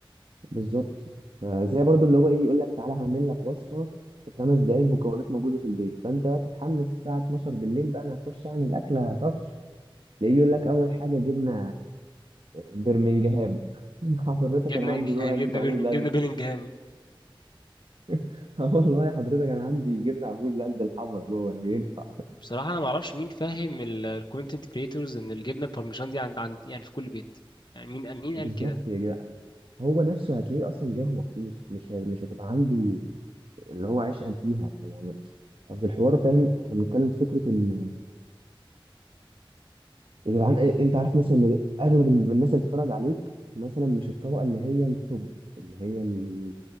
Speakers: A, on the right; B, on the left.
A: بالظبط فزي برضو اللي هو ايه يقول لك تعالى هعمل لك وصفه في خمس دقايق مكونات موجوده في البيت فانت بقى تتحمس الساعه 12 بالليل بقى انا هخش اعمل اكله طرش تلاقيه بيقول لك اول حاجه جبنه برمنجهام <laughs> حضرتك
B: جبنا
A: انا عندي
B: <laughs>
A: جوه علبه
B: جبنا بيرمين
A: عبور لاند
B: جبنا بيلينجهام
A: <laughs> اه والله حضرتك انا عندي جبنه عبور لاند الحمراء جوه لو ينفع
B: بصراحة أنا ما أعرفش مين فاهم الكونتنت كريتورز إن الجبنة البارميجان دي عند عند يعني في كل بيت يعني مين مين
A: بالظبط
B: قال كده
A: يا جدع هو نفسه هتلاقيه اصلا جاي مخصوص مش ه- مش هتبقى عنده اللي هو عشقا فيها يعني قصد الحوار فاهم احنا بنتكلم في فكره ان يا جدعان إيه- انت عارف مثلا ان اغلب الم- الناس اللي بتتفرج عليك مثلا مش الطبقه اللي هي التوب اللي هي ال-